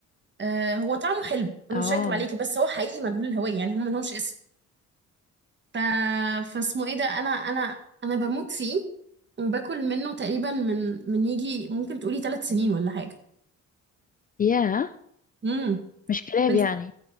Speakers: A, on the right; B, on the left.
A: آه هو طعمه حلو أنا
B: اه
A: مش هكدب عليكي بس هو حقيقي مجهول الهوية يعني هم ملهمش اسم ف... فاسمه ايه ده انا انا انا بموت فيه وباكل منه تقريبا من من يجي ممكن تقولي ثلاث سنين ولا حاجه
B: ياه
A: امم
B: مش كلاب
A: بس-
B: يعني